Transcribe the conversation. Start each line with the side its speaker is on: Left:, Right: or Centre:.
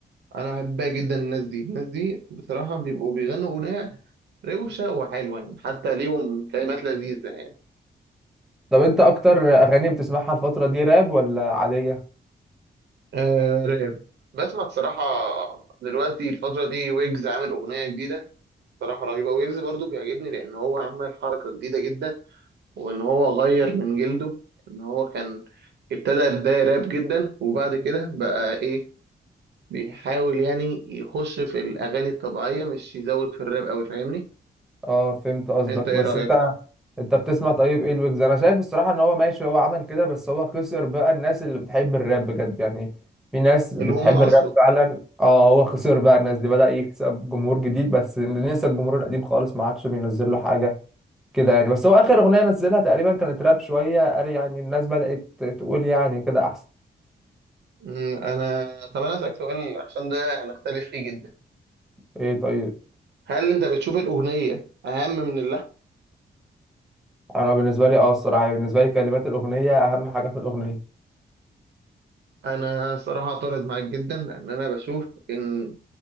Right: انا بحبها جدا الناس دي الناس دي بصراحة بيبقوا بيغنوا أغنية روشة وحلوة يعني حتى ليهم كلمات لذيذة يعني
Centre: طب انت اكتر اغاني بتسمعها الفترة دي راب ولا عادية
Right: آه راب بسمع بصراحة دلوقتي الفترة دي ويجز عامل أغنية جديدة بصراحة رهيبة ويجز برضو بيعجبني لأن هو عمل حركة جديدة جدا وإن هو غير من جلده إن هو كان ابتدى بداية راب جدا وبعد كده بقى إيه بيحاول يعني يخش في الأغاني الطبيعية مش يزود في الراب أوي فاهمني
Centre: اه فهمت قصدك
Right: أنت إيه
Centre: بس
Right: رأيك
Centre: انت انت بتسمع طيب ايه الويجز انا شايف الصراحة ان هو ماشي هو عمل كده بس هو خسر بقى الناس اللي بتحب الراب بجد يعني في ناس بتحب
Right: اللي هم أصله
Centre: الراب فعلا اه هو خسر بقى الناس دي بدأ يكسب جمهور جديد بس نسى الجمهور القديم خالص ما عادش بينزل له حاجة كده يعني بس هو اخر اغنية نزلها تقريبا كانت راب شوية قال يعني الناس بدأت تقول يعني كده احسن
Right: أمم، أنا طب أنا أسألك سؤال عشان ده هنختلف فيه جدا
Centre: ايه طيب
Right: هل أنت بتشوف الأغنية أهم من اللحن؟
Centre: انا بالنسبه لي اه الصراحه يعني بالنسبه لي كلمات الاغنيه اهم حاجه في الاغنيه
Right: أنا صراحة أعترض معاك جدا لأن أنا بشوف إن